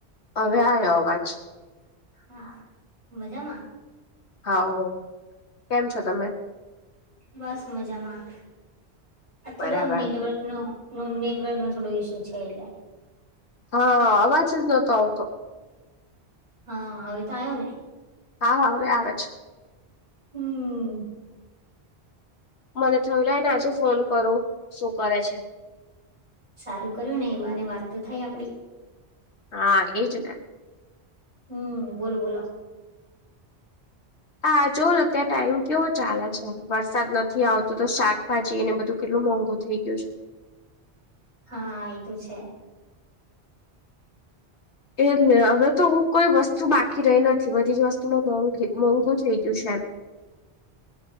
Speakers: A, on the left; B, on the right.
A: હવે આયો અવાજ.
B: હા મજામાં.
A: હા કેમ છો તમે.
B: બસ મજામાં આ થોડો
A: બરાબર
B: નેટવર્ક નો. ન નેટવર્ક ન થોડો ઈસ્યુ છે એટલે.
A: હા અવાજ જ નતો આવતો.
B: હા હવે તો આવ્યો ને.
A: હા હા હવે આવે છે.
B: હમ.
A: મને થય લને આજે ફોન કરો શું કરે છે.
B: સારું કર્યું ને એવાને વાત તો થાય આપડી.
A: હા એજ ને.
B: હમ બોલો બોલો.
A: હા જોને અત્યારે ટાઈમ કેવો ચાલે છે વરસાદ નથી આવતો તો શાકભાજી એને બધું કેલું. ું મોંઘું થઈ ગયું છે.
B: હા એ તો છે.
A: એલે હવે તો કોઈ વસ્તુ બાકી રહી નથી બધી જ વસ્તુમાં મોંઘી મોંઘું થઈ ગયું છે એમ. <inaudible>